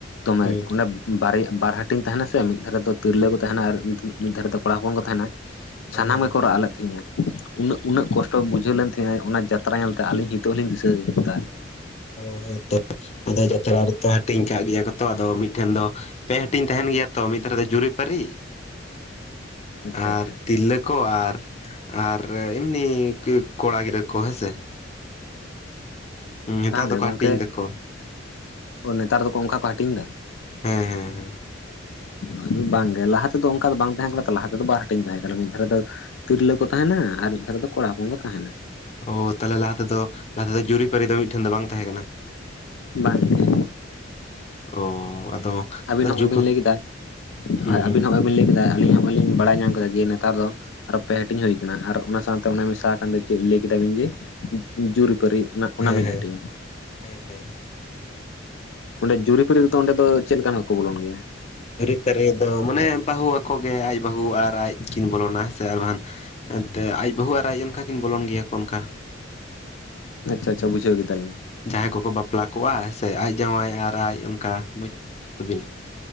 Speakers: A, on the left; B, on the left.
A: ᱫᱚᱢᱮ
B: ᱦᱮᱸ
A: ᱚᱸᱰᱮ ᱵᱟᱨᱭᱟ ᱵᱟᱨ ᱦᱟᱹᱴᱤᱧ ᱛᱟᱦᱮᱱᱟ ᱥᱮ ᱢᱤᱫ ᱫᱷᱟᱨᱮ ᱫᱚ ᱛᱤᱨᱞᱟᱹ ᱠᱚ ᱛᱟᱦᱮᱱᱟ ᱟᱨ ᱢᱤᱫ ᱫᱷᱟᱨᱮ ᱫᱚ ᱠᱚᱲᱟ ᱦᱚᱯᱚᱱ ᱠᱚ ᱛᱟᱦᱮᱱᱟ
B: ᱦᱮᱸ
A: ᱥᱟᱱᱟᱢ
B: ᱦᱮᱸ
A: ᱜᱮᱠᱚ ᱨᱟᱜ ᱞᱮᱫ ᱛᱟᱦᱮᱸᱫᱼᱟ ᱩᱱᱟᱹᱜ ᱩᱱᱟᱹᱜ ᱠᱚᱥᱴᱚ ᱵᱩᱡᱷᱟᱹᱣ ᱞᱮᱱ ᱛᱮᱦᱮᱸᱜᱼᱟᱭ ᱚᱱᱟ ᱡᱟᱛᱨᱟ ᱧᱮᱞᱛᱮ ᱟᱹᱞᱤᱧ ᱱᱤᱛᱚᱜ ᱞᱤᱧ ᱫᱤᱥᱟᱹ ᱭᱮᱫᱟ
B: ᱚᱸ ᱦᱮᱸ ᱛᱚ ᱟᱫᱚ ᱡᱟᱛᱨᱟ ᱨᱮᱛᱚ ᱦᱟᱹᱴᱤᱧ ᱠᱟᱜ ᱜᱮᱭᱟ ᱠᱚᱛᱚ ᱟᱫᱚ ᱢᱤᱫᱴᱷᱮᱱ ᱫᱚ ᱯᱮ ᱦᱟᱹᱴᱤᱧ ᱛᱟᱦᱮᱱ ᱜᱮᱭᱟ ᱛᱚ ᱢᱤᱫ ᱫᱷᱟᱨᱮ ᱫᱚ ᱡᱩᱨᱤᱯᱟᱹᱨᱤ
A: <inaudible>
B: ᱟᱨ
A: ᱟᱪᱪᱷᱟ
B: ᱛᱤᱨᱞᱟᱹ ᱠᱚ ᱟᱨ ᱟᱨ ᱮᱢᱱᱤ ᱠᱚᱲᱟ ᱜᱤᱫᱽᱨᱟᱹ ᱠᱚ ᱦᱮᱸ ᱥᱮ ᱱᱮᱛᱟᱨ
A: ᱵᱟᱝ ᱜᱮ
B: ᱫᱚᱠᱚ
A: ᱜᱚᱝᱠᱮ
B: ᱦᱟᱹᱴᱤᱧ ᱫᱟᱠᱚ
A: ᱱᱮᱛᱟᱨ ᱫᱚᱠᱚ ᱚᱱᱠᱟ ᱠᱚ ᱦᱟᱹᱴᱤᱧ ᱫᱟ
B: ᱦᱮᱸ ᱦᱮᱸ ᱦᱮᱸ
A: ᱱᱚᱜᱼᱚᱭ ᱫᱚ ᱵᱟᱝ ᱜᱮ ᱞᱟᱦᱟ ᱛᱮᱫᱚ ᱚᱝᱠᱟ ᱫᱚ ᱵᱟᱝ ᱛᱟᱦᱮᱸ ᱠᱟᱱᱟ ᱛᱚ ᱞᱟᱦᱟ ᱛᱮᱫᱚ ᱵᱟᱨ ᱦᱟᱹᱴᱤᱧ ᱛᱟᱦᱮᱸ ᱠᱟᱱᱟ ᱢᱤᱫ ᱫᱷᱟᱨᱮ ᱫᱚ ᱛᱤᱨᱞᱟᱹ ᱠᱚ ᱛᱟᱦᱮᱱᱟ ᱟᱨ ᱢᱤᱫ ᱫᱷᱟᱨᱮ ᱫᱚ ᱠᱚᱲᱟ ᱦᱚᱯᱚᱱ ᱠᱚ ᱛᱟᱦᱮᱱᱟ
B: ᱳ ᱛᱟᱦᱚᱞᱮ ᱞᱟᱦᱟ ᱛᱮᱫᱚ ᱞᱟᱦᱟ ᱛᱮᱫᱚ ᱡᱩᱨᱤ ᱯᱟᱹᱨᱤ ᱫᱚ ᱢᱤᱫ ᱴᱷᱮᱱ ᱫᱚ ᱵᱟᱝ ᱛᱟᱦᱮᱸ ᱠᱟᱱᱟ
A: ᱵᱟᱝ ᱜᱮ
B: ᱳ ᱟᱫᱚ
A: ᱟᱹᱵᱤᱱ ᱱᱚᱜᱼᱚᱭ
B: ᱡᱩᱜᱽ
A: ᱵᱤᱱ
B: ᱦᱚᱸ
A: ᱞᱟᱹᱭ ᱠᱮᱫᱟ
B: ᱦᱩᱸ
A: ᱦᱳᱭ ᱟᱹᱵᱤᱱ
B: ᱦᱩᱸ
A: ᱱᱚᱜᱼᱚᱭ ᱵᱤᱱ ᱞᱟᱹᱭ ᱠᱮᱫᱟ ᱟᱹᱞᱤᱧ ᱦᱚᱸ ᱵᱟᱹᱞᱤᱧ ᱵᱟᱲᱟᱭ ᱧᱟᱢ ᱠᱟᱫᱟ ᱡᱮ ᱱᱮᱛᱟᱨ ᱫᱚ ᱟᱨᱚ ᱯᱮ ᱦᱟᱹᱴᱤᱧ ᱦᱩᱭ ᱠᱟᱱᱟ ᱟᱨ ᱚᱱᱟ ᱥᱟᱶᱛᱮ ᱚᱱᱟ ᱢᱮᱥᱟ ᱟᱠᱟᱱ ᱫᱚ ᱪᱮᱫ ᱞᱟᱹᱭ ᱠᱮᱫᱟ ᱵᱤᱱ ᱡᱮ ᱡᱩᱨᱤ ᱯᱟᱹᱨᱤ ᱚᱱᱟ ᱚᱱᱟ
B: ᱦᱮᱸᱻᱦᱮᱸᱻ
A: ᱢᱤᱫ ᱦᱟᱹᱴᱤᱧ
B: ᱦᱮᱸᱻᱦᱮᱸᱻ
A: ᱚᱸᱰᱮ ᱡᱩᱨᱤ ᱯᱟᱹᱨᱤ ᱨᱮᱫᱚ ᱚᱸᱰᱮ ᱫᱚ ᱪᱮᱫ ᱞᱮᱠᱟᱱ ᱦᱚᱲ ᱠᱚ ᱵᱚᱞᱚᱱ ᱜᱮᱭᱟ
B: ᱡᱩᱨᱤ ᱯᱟᱹᱨᱤ ᱫᱚ ᱢᱟᱱᱮ ᱵᱟᱹᱦᱩ ᱟᱠᱚ ᱜᱮ ᱟᱡ ᱵᱟᱹᱦᱩ ᱟᱨ ᱟᱡ ᱠᱤᱱ ᱵᱚᱞᱚᱱᱟ ᱥᱮ ᱟᱨ ᱵᱟᱦᱟᱱ ᱮᱱᱛᱮ ᱟᱡ ᱵᱟᱹᱦᱩ ᱟᱨ ᱟᱡ ᱚᱱᱠᱟ ᱠᱤᱱ ᱵᱚᱞᱚᱱ ᱜᱮᱭᱟ ᱠᱚ ᱚᱱᱠᱟ
A: ᱟᱪᱪᱷᱟ ᱟᱪᱪᱷᱟ ᱵᱩᱡᱷᱟᱹᱣ ᱠᱮᱫᱟ ᱞᱤᱧ
B: ᱡᱟᱦᱟᱸᱭ ᱠᱚᱠᱚ ᱵᱟᱯᱞᱟ ᱠᱚᱜᱼᱟ ᱦᱮᱸᱥᱮ ᱟᱡ ᱡᱟᱶᱟᱭ ᱟᱨ ᱟᱡ ᱚᱱᱠᱟ ᱵᱩᱡ ᱛᱟᱹᱵᱤᱱ